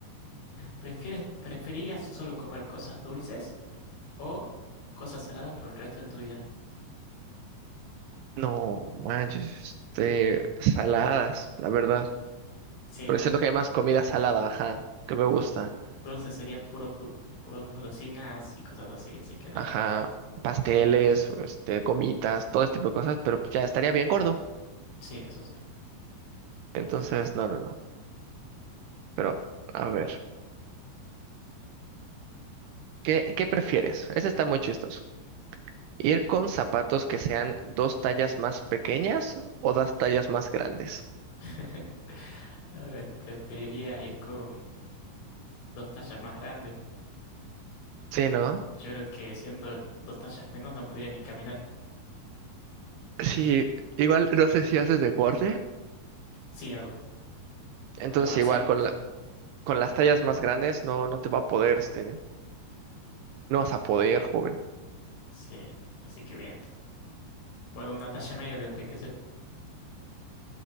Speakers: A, on the left; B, on the right.
A: ¿Prefieres, preferirías solo comer cosas dulces o cosas saladas por el resto de tu vida?
B: No, manches, este, saladas, la verdad.
A: Sí,
B: Porque
A: ¿no?
B: siento que hay más comida salada, ajá, que me gusta.
A: Dulce sería puros, du- puros golosinas y cosas así, así que no.
B: Ajá, pasteles, este, gomitas, todo este tipo de cosas, pero ya estaría bien gordo.
A: Sí, eso sí.
B: Entonces, no, no, no. Pero, a ver, ¿qué, qué prefieres? Ese está muy chistoso. Ir con zapatos que sean dos tallas más pequeñas o dos tallas más grandes.
A: <laughs> A ver, preferiría ir con dos tallas más grandes.
B: Sí, ¿no?
A: Yo creo que siendo dos tallas menos no podría ni caminar.
B: Sí, igual no sé si haces deporte.
A: Sí, hago.
B: Entonces
A: Bueno, así
B: igual
A: es.
B: con la, con las tallas más grandes no, no te va a poder, este, no vas a poder, joven.
A: Sí, así que bien. Bueno, una talla media tendría que ser.